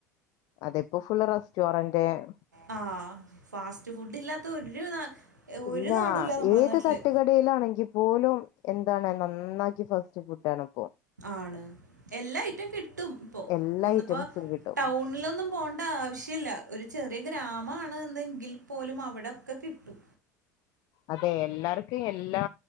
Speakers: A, on the left; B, on the right.
A: അതെപ്പോ ഫുൾ റെസ്റ്റോറന് <unintelligible>
B: ആ ഫാസ്റ്റ് ഫുഡ് ഇല്ലാത്ത ഒരു നാ ഒരു
A: ഇല്ല
B: നാടും നമ്മുടെ
A: ഏത്
B: നാട്ടില്
A: തട്ടുകടയിലാണെങ്കിൽ പോലും എന്താണ് നന്നായി ഇൻക്ക് ഫസ്റ്റ് ഫുഡ് ആണം.
B: ആണ് എല്ലാ ഐറ്റും കിട്ടും ഇപ്പോ
A: എല്ലാ
B: ഒന്നിപ്പോ
A: ഐറ്റംസും കിട്ടും
B: ടൗണിലൊന്നും പോണ്ട ആവശ്യല്ല ഒരു ചെറിയ ഗ്രാ മ ആണ് എന്നെങ്കിൽ പോലും അവിടൊക്കെ കിട്ടും.
A: അതെ എല്ലാർക്കും എല്ലാ